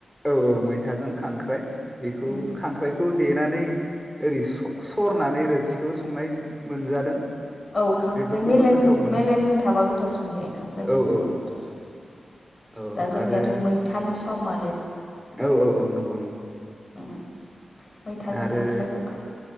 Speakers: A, in the centre; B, on the left (about 35°).
A: औ औ मैथाजों खांख्राइ। बेखौ
B: उम
A: खांख्राइखौ। देनानै ओरै स-सरनानै रो सिखौ संनाय मोनजादों।
B: औ खांख्राइ
A: बेफोरखौबो
B: मेलेम-मेलेम
A: गोथाव मोनोमोन
B: थाबा गोथावसिन जायो खांख्राइ
A: आरो
B: मेलेमा
A: औ औ
B: गोथावसिन
A: औ
B: दा जोंनियाथ'
A: आरो
B: मैथानि समा
A: औ औ औ नंगौ नंगौ
B: उम मैथाजों
A: आरो
B: खांख्राइफोरखौ